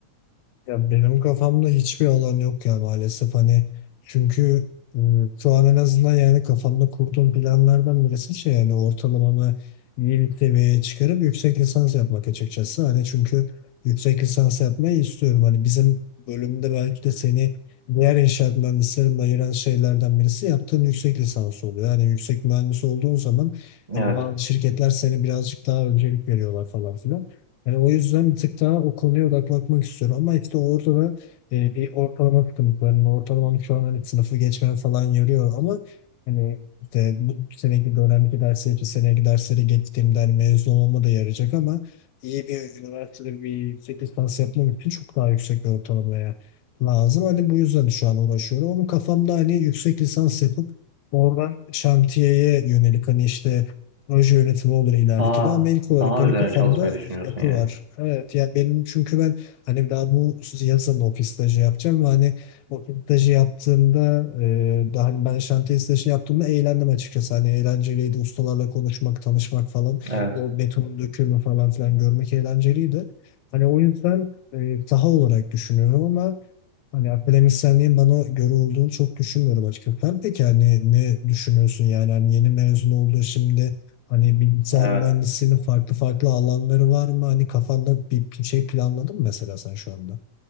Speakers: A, on the left; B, on the right.
A: Ya benim kafamda hiçbir alan yok ya maalesef hani çünkü e, şu an en azından yani kafamda kurduğum planlardan birisi şey yani ortalamamı iyi bir seviyeye çıkarıp yüksek lisans yapmak açıkçası. Hani çünkü yüksek lisans yapmayı istiyorum. Hani bizim bölümde belki de seni diğer inşaat mühendislerinden ayıran şeylerden birisi yaptığın yüksek lisans oluyor. yani yüksek mühendis olduğun zaman hani
B: Evet.
A: bazı şirketler seni birazcık daha öncelik veriyorlar falan filan. Yani o yüzden bir tık daha o konuya odaklanmak istiyorum. Ama işte orada da e, bir ortalama sıkıntı var. Yani ortalamam şu an hani sınıfı geçmem falan yoruyor ama hani işte bu seneki dönemki dersleri, bir seneki dersleri geçtiğimde hani mezun olmama da yarayacak ama iyi bir üniversitede bir yüksek lisans yapmam için çok daha yüksek bir ortalamaya lazım. Hani bu yüzden şu an uğraşıyorum. Onun kafamda hani yüksek lisans yapıp oradan şantiyeye yönelik hani işte proje yönetimi olur ileriki
B: Daha
A: de ama ilk olarak
B: daha
A: hani
B: üzerine
A: kafamda
B: çalışmayı düşünüyorsun
A: yapı
B: yani.
A: var. Evet yani benim çünkü ben hani daha bu yazın ofis stajı yapacağım ve hani ofis stajı yaptığımda e, daha hani ben şantiye stajı yaptığımda eğlendim açıkçası. Hani eğlenceliydi ustalarla konuşmak, tanışmak falan
B: Evet.
A: o betonun dökümü falan filan görmek eğlenceliydi. Hani o yüzden e, saha olarak düşünüyorum ama Hani akademisyenliğin bana göre olduğunu çok düşünmüyorum açıkçası. Sen peki hani ne düşünüyorsun yani hani yeni mezun oldun şimdi hani bilgisayar
B: Evet.
A: mühendisliğinin farklı farklı alanları var mı? Hani kafanda bir bir şey planladın mı mesela sen şu anda?